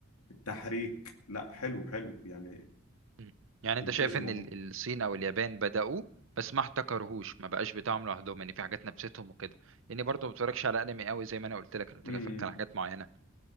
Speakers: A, on the left; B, on the right.
A: التحريك لا حلو حلو يعني
B: مم. يعني أنت
A: ممتاز
B: شايف
A: الموضوع
B: إن ال- الصين أو اليابان بدأوه بس ما احتكرهوش ما بقاش بتاعهم لوحدهم يعني في حاجات نفستهم وكده يعني برضه ما بتفرجش على أنمي قوي زي ما أنا قلت لك أنا بتفرج
A: ده.
B: على حاجات معينة